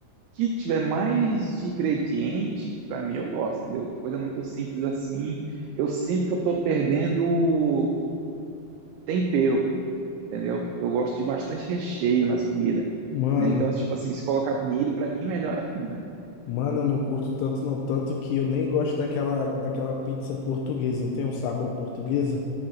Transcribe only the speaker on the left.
Mano.
Mano, eu não curto tanto, não. Tanto que eu nem gosto daquela, daquela pizza portuguesa. Não tem um sabor portuguesa?